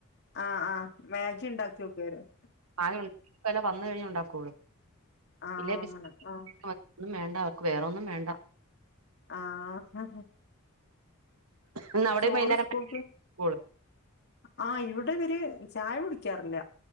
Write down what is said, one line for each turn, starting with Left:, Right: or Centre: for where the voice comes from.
Left: ആ ആഹ് മാഗി ഇണ്ടാക്കി വെക്കുവാരുന്ന്
Right: ആ <unintelligible> വന്ന് കഴിഞ്ഞ് ഉണ്ടാക്കൂള്ളൂ
Left: ആഹ്
Right: ഇല്ലേ ബിസ്ക്കറ്റ്
Left: അങ്ങനെ ആഹ്
Right: ഒന്നും വേ അവർക്ക് വേറൊന്നും വേണ്ട
Left: ആ ആ
Right: ഇന്ന് അവിടെയും
Left: ചോറ്
Right: വൈകുന്നേരം
Left: സ്കൂൾക്ക്
Right: സ്കൂള്
Left: ആ ഇവിടെ ഇവര് ചായ കുടിക്കാറില്ല